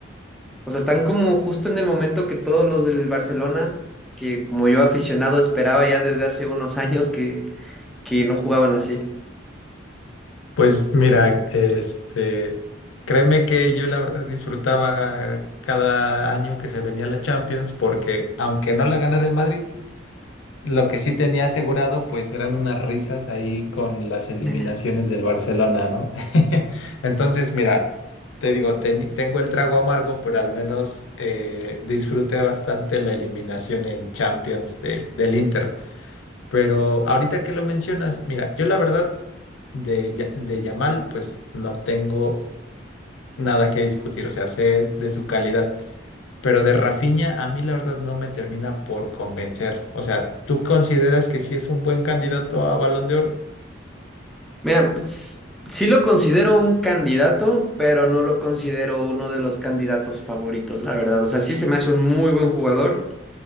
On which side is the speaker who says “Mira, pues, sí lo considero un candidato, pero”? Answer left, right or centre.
Centre